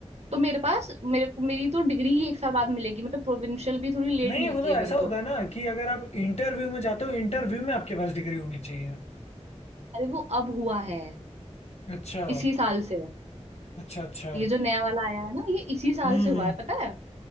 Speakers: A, on the right; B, on the left.
A: तो मेरे पास मेरे को मेरी तो डिग्री ही एक साल बाद मिलेगी मतलब प्रोविंशियल भी थोड़ी लेट
B: नहीं
A: मिलती
B: वो तो
A: है मेरी
B: ऐसा होता
A: तो
B: है ना कि अगर आप इंटरव्यू में जाते हो इंटरव्यू में आपके पास डिग्री होनी चाहिए
A: अरे वो अब हुआ है
B: अच्छा
A: इसी साल से
B: अच्छा अच्छा
A: ये जो नया वाला आया है ना ये इसी साल
B: हम्म
A: से हुआ
B: हम्म,
A: है पता है